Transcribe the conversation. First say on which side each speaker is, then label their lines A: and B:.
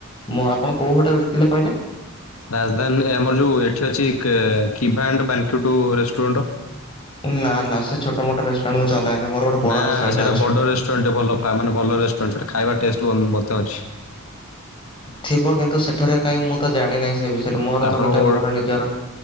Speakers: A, on the left (about 25°); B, on the left (about 85°).
A: ମୁଁ ଆପଣ କୋଉ ହୋଟେଲ ଦେଇଥିଲେ କହିଲେ?
B: ରାଜଧାନୀ ଆମର ଯୋଉ ଏଠି ଅଛି କିଭାଣ୍ଡ ବାଲକୁଟ ରେଷ୍ଟୁରାଣ୍ଟ।
A: ନା ନା ସେ ଛୋଟ ମୋଟ ରେସେ ମୁ ଚାଲା ଏନି ମୋର ଗୋଟେ ବଡ଼
B: ନା
A: ରେଷ୍ଟୁରାଣ୍ଟ
B: ସେଟା
A: ଅଛି।
B: ବଡ ରେଷ୍ଟୁରାଣ୍ଟ ଭଲ ମାନେ ଭଲ ରେଷ୍ଟୁରାଣ୍ଟ ସେଟା ଖାଇବା ଟେଷ୍ଟ ମତେ ଅଛି।
A: ଥିବ କିନ୍ତୁ ସେଠାରେ କାଇହିଁ ମୁଁ ତ ଜାଣି ନାହିଁ ସେ ବିଷୟରେ ମୋର
B: ଆପଣଙ୍କ
A: ତ ଗୋଟେ ମୋର ନିଜର